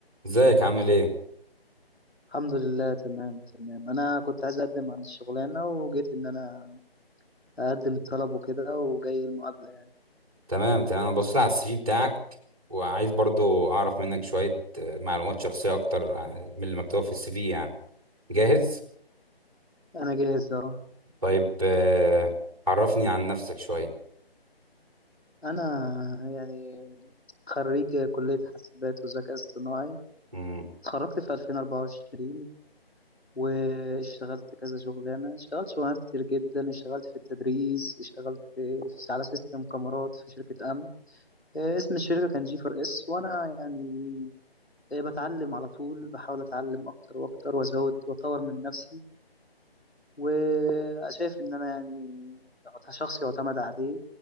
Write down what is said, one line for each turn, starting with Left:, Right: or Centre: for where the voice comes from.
Right: ازيك عامل ايه
Left: الحمد لله تمام تمام انا كنت عايز اقدم عن الشغلانه وجيت ان انا اقدم الطلب وكده وجاي المقابله يعني
Right: تمام تمام انا بصيت على السي في بتاعك وعايز برضو اعرف منك شوية آه، معلومات شخصية اكتر عن- من اللي مكتوبة في السي في يعني جاهز
Left: انا جاهز اهو
Right: طيب آه، عرفني عن نفسك شوية
Left: انا يعني خريج كليه حاسبات وذكاء اصطناعي
Right: مم.
Left: اتخرجت في 2024 واشتغلت كذا شغلانه اشتغلت شغلانات كتير جدا اشتغلت في التدريس اشتغلت في على سيستم كاميرات في شركه امن آه، اسم الشركه كان جي فور اس وانا يعني إيه، بتعلم على طول بحاول اتعلم اكتر واكتر وازود واطور من نفسي وشايف ان انا يعني كشخص يعتمد عليه